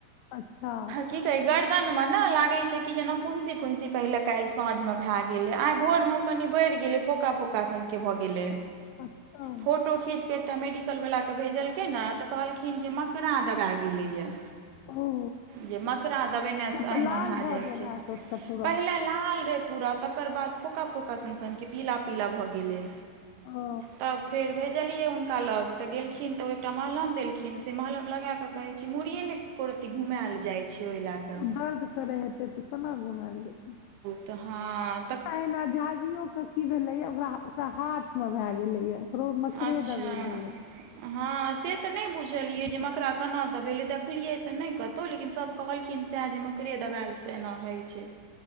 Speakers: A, on the left (about 85°); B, on the right (about 80°).
A: अच्छा
B: की कही गर्मी दनमे नहि लागै छै कि जेना फुंसी- फुंसी पहिले काल्हि साँझमे भए गेलै, आइ भोर में कनि बढ़ि गेलै, फोका फोका सनके भऽ गेलै।
A: अच्छा
B: फोटो खीचके एकटा मेडिकल वला के भेजलकै ने, त कहलखिन जे मकड़ा दबा गेलैएा य।
A: ओ
B: जे मकड़ा दबेनेसँ
A: ओ
B: अहिना
A: तऽ लाल
B: भए
A: भऽ
B: जाइ
A: गेल
B: छै,
A: हैत ओतऽ पूरा
B: पहिले लाल रहै पूरा, तकर बाद फोका -फोका सन- सन के पीला -पीला भऽ गेलै।
A: ओ।
B: तब फेर भेजलियै हुनका लग, तऽ गेलखिन तऽ ओ एकटा मलहम देलखिन, से मलहम लगा के कहे छी, मुुरड़ीेयै ने एको- रती घुमल जाय छै। ओहि लए कऽ
A: दर्द करै हेतै, तऽ कोना घुमएल जेतै।
B: तऽहाँ।
A: तहिना झाझियो के की भेलै या, ओकरा ओकरा हाथ मे भए गेलै या, ओकरो मकड़े
B: अच्छा
A: दवेे ले य।
B: हँ से तऽ नहि बुझलियै जे,
A: तऽ
B: म ओकरा केना दबेलै, देखलियै तऽ नहि कतहुँ, लेकिन सभ कहलखिन सएह जे मकरे दबायल से एना होइ छै।